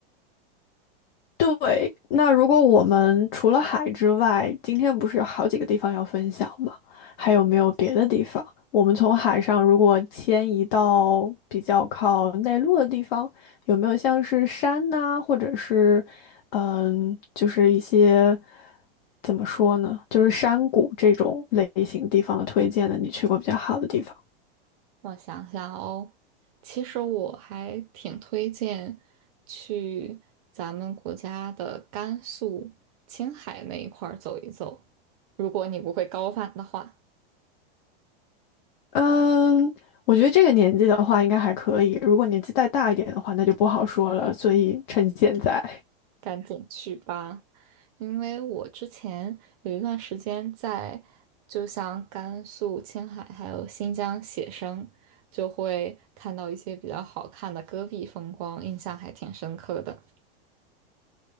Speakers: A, on the left; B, on the right.
A: 对，那如果我们除了海之外，今天不是有好几个地方要分享吗？还有没有别的地方？我们从海上如果迁移到比较靠内陆的地方，有没有像是山呐、或者是嗯，就是一些怎么说呢，就是山谷这种类型地方的推荐的？你去过比较好的地方？
B: 我想想哦，其实我还挺推荐去咱们国家的甘肃、青海那一块儿走一走，如果你不会高反的话。
A: 嗯，我觉得这个年纪的话应该还可以，如果年纪再大一点的话，那就不好说了，所以趁现在。
B: 赶紧去吧，因为我之前有一段时间在，就像甘肃、青海还有新疆写生，就会看到一些比较好看的戈壁风光，印象还挺深刻的。